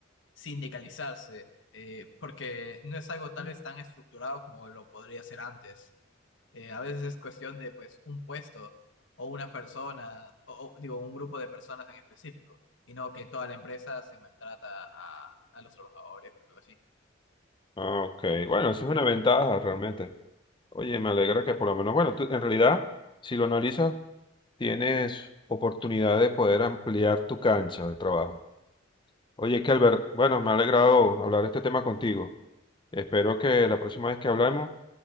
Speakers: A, on the left; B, on the left.
A: sindicalizarse. eh, porque no es algo tal vez tan estructurado como lo podría ser antes. Eh, a veces es cuestión de pues un puesto o una persona, o, o, digo, un grupo de personas en específico, y no que toda la empresa se maltrata a, a los trabajadores o algo así.
B: Ah, ok. Bueno, eso es una ventaja realmente. Oye, me alegra que por lo menos, bueno, tú- en realidad, si lo analizas, tienes oportunidad de poder ampliar tu cancha de trabajo. Oye, Kelber, bueno, me ha alegrado hablar este tema contigo. Espero que la próxima vez que hablemos